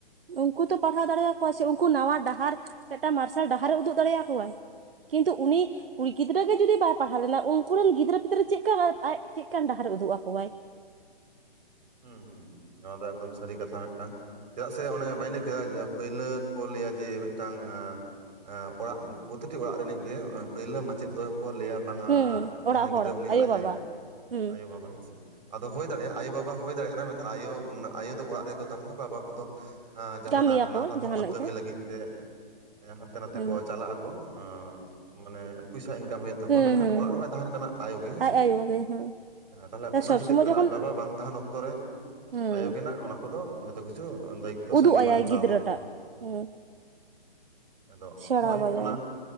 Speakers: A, on the right; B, on the right.
A: ᱩᱝᱠᱩ ᱛᱚ ᱯᱟᱲᱦᱟᱣ ᱫᱟᱲᱮᱭᱟ ᱠᱚᱣᱟ ᱥᱮ ᱩᱱᱠᱩ ᱱᱟᱣᱟ ᱰᱟᱦᱟᱨ ᱢᱤᱫᱴᱟᱝ ᱢᱟᱨᱥᱟᱞ ᱰᱟᱦᱟᱨᱮ ᱩᱫᱩᱜ ᱫᱟᱲᱮᱭᱟ ᱠᱚᱣᱟᱭ, ᱠᱤᱱᱛᱩ ᱩᱱᱤ ᱠᱩᱲᱤ ᱜᱤᱫᱽᱨᱟᱹ ᱜᱮ ᱡᱩᱫᱤ ᱵᱟᱭ ᱯᱟᱲᱟᱣ ᱞᱮᱱᱟ, ᱩᱝᱠᱩ ᱨᱮᱱ ᱜᱤᱫᱽᱨᱟᱹ ᱯᱤᱫᱽᱨᱟᱹ ᱪᱮᱫᱠᱟ ᱟᱡ ᱪᱮᱫᱠᱟᱱ ᱰᱟᱦᱟᱨᱮ ᱩᱫᱩᱜ ᱟᱠᱚᱣᱟᱭ?
B: ᱦᱩᱸ ᱦᱩᱸ ᱦᱩᱸ, ᱱᱚᱣᱟ ᱫᱚ ᱮᱠᱫᱚᱢ ᱥᱟᱹᱨᱤ ᱠᱟᱛᱷᱟ ᱢᱤᱫᱴᱟᱝ ᱪᱮᱫᱟᱜ ᱥᱮ ᱚᱱᱮ ᱵᱟᱹᱧ ᱞᱟᱹᱭ ᱠᱮᱫᱟ ᱯᱟᱹᱭᱞᱟᱹ ᱠᱚ ᱞᱟᱹᱭᱟ ᱡᱮ ᱢᱤᱫᱴᱟᱝ ᱟᱸ ᱚᱲᱟᱜ ᱯᱨᱚᱛᱤᱴᱤ ᱚᱲᱟᱜ ᱨᱤᱱᱤᱡ ᱜᱮ ᱯᱳᱭᱞᱟᱹ ᱢᱟᱪᱮᱫ ᱫᱚ ᱠᱚ ᱞᱟᱹᱭᱟ ᱵᱟᱝᱟ
A: ᱦᱩᱸ
B: ᱡᱟᱦᱟᱸᱭ
A: ᱚᱲᱟᱜ ᱦᱚᱲ
B: ᱜᱤᱫᱽᱨᱟᱹ ᱩᱱᱤ ᱟᱡ
A: ᱵᱟᱵᱟ
B: ᱟᱭᱳ,
A: ᱦᱩᱸ
B: ᱟᱭᱳᱼᱵᱟᱵᱟ ᱦᱮᱸᱥᱮ ᱟᱫᱚ ᱦᱩᱭ ᱫᱟᱲᱮᱭᱟᱜᱼᱟ ᱟᱭᱳᱼᱵᱟᱵᱟ ᱦᱩᱭ ᱫᱟᱲᱮᱭᱟᱜ ᱨᱮ ᱢᱮᱱᱠᱷᱟᱱ ᱟᱭᱳ ᱢᱟᱱᱮ ᱟᱭᱳ ᱫᱚ ᱚᱲᱟᱜ ᱨᱮᱠᱚ ᱛᱟᱦᱮᱱᱟ ᱵᱟᱵᱟ ᱠᱚᱫᱚ ᱟᱸ ᱡᱟᱦᱟᱸᱱᱟᱜ
A: ᱠᱟᱹᱢᱤᱭᱟᱠᱚ
B: ᱱᱟᱦᱟ ᱛᱩᱢᱟᱹᱞ
A: ᱡᱟᱦᱟᱱᱟᱜ
B: ᱠᱟᱹᱢᱤ
A: ᱜᱮ
B: ᱞᱟᱹᱜᱤᱫ ᱛᱮ ᱦᱟᱸᱱᱛᱮ ᱱᱟᱛᱮ
A: ᱦᱩᱸ
B: ᱠᱚ ᱪᱟᱞᱟᱜ ᱟ ᱠᱚ ᱮᱸᱜ ᱢᱟᱱᱮ ᱯᱚᱭᱥᱟ ᱤᱱᱠᱟᱢ ᱦᱩᱭᱩᱜ ᱛᱟᱠᱚᱣᱟ
A: ᱦᱩᱸ
B: ᱢᱮᱱᱠᱷᱟᱱ
A: ᱦᱩᱸ
B: ᱚᱲᱟᱜ ᱨᱮᱢᱟᱭ
A: ᱦᱩᱸ
B: ᱛᱟᱦᱮᱸᱱ ᱠᱟᱱᱟ ᱟᱭᱳ ᱜᱮ ᱦᱮᱸᱥᱮ,
A: ᱟᱡ ᱟᱭᱳ ᱜᱮ ᱦᱮᱸ
B: ᱮᱸ ᱛᱟᱦᱚᱞᱮ ᱚᱱᱟ
A: ᱥᱚᱵ
B: ᱪᱤᱠᱟᱹᱜ
A: ᱥᱚᱢᱚᱭ
B: ᱠᱟᱱᱟ
A: ᱡᱚᱠᱷᱚᱱ
B: ᱟᱡ ᱵᱟᱵᱟ ᱵᱟᱝ ᱛᱟᱦᱮᱸᱱ ᱚᱠ ᱯᱚᱨᱮ
A: ᱦᱩᱸ
B: ᱟᱭᱳᱱᱟᱜ ᱚᱱᱟ ᱠᱚᱫᱚ ᱡᱷᱚᱛᱚ ᱠᱤᱪᱷᱩ ᱫᱟᱭᱤᱛᱛᱚ
A: ᱩᱫᱩᱜ
B: ᱥᱮ ᱟᱸᱜᱤᱵᱷᱟᱨ
A: ᱟᱭᱟᱭ
B: ᱦᱟᱛᱟᱣ
A: ᱜᱤᱫᱽᱨᱟᱹᱴᱟᱜ
B: ᱦᱩᱭᱩᱜ ᱛᱟᱭᱟ᱾
A: ᱦᱩᱸ᱾
B: ᱟᱫᱚ
A: ᱥᱮᱬᱟᱣᱟᱭᱟᱭ
B: ᱦᱳᱭ ᱚᱱᱟ